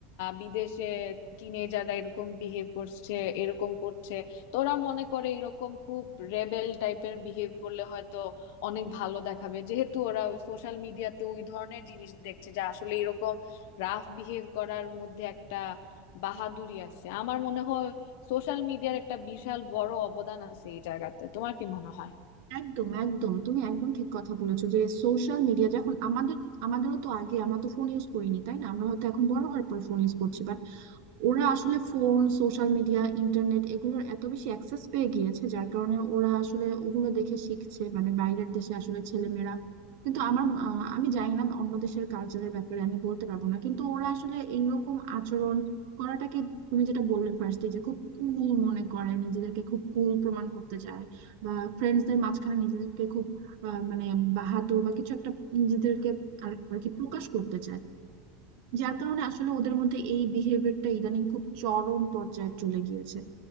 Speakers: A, on the left; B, on the right.
A: বিদেশে টিনেজাররা এরকম বিহেভ করছে এরকম করছে তো ওরা মনে করে এরকম খুব রেবেল টাইপের বিহেভ করলে হয়তো অনেক ভালো দেখাবে যেহেতু ওরা ওই সোশ্যাল মিডিয়াতে ওই ধরনের জিনিস দেখছে যে আসলে এরকম রাফ বিহেভ করার মধ্যে একটা বাহাদুরি আছে আমার মনে হয় সোশ্যাল মিডিয়ার একটা বিশাল বড় অবদান আছে এই জায়গাতে তোমার কি মনে হয়
B: একদম একদম তুমি একদম ঠিক কথা বলেছো যে সোশ্যাল মিডিয়া যখন আমাদের আমাদেরও তো আগে আমরা তো ফোন ইউজ করিনি তাই না আমরা হয়তো এখন বড় হওয়ার পর ফোন ইউজ করছি ওরা আসলে ফোন সোশ্যাল মিডিয়া ইন্টারনেট এগুলোর এত বেশি অ্যাক্সেস পেয়ে গিয়েছে যার কারণে ওরা আসলে ওগুলো দেখে শিখছে মানে বাইরের দেশে আসলে ছেলেমেয়েরা কিন্তু আমার আহ, আমি জানি না অন্য দেশের কালচারের ব্যাপারে আমি বলতে পারবো না কিন্তু ওরা আসলে এইরকম আচরণ করাটাকে তুমি যেটা বললে ফার্স্টে যে খুব কুল মনে করে নিজেদেরকে খুব কুল প্রমাণ করতে চায় বা ফ্রেন্ডসদের মাঝখানে নিজেদেরকে খুব আহ, মানে বাহাদুর বা কিছু একটা নিজেদেরকে আর আর কি প্রকাশ করতে চায় যার কারণে আসলে ওদের মধ্যে এই বিহেভিয়ারটা ইদানিং খুব চরম পর্যায়ে চলে গিয়েছে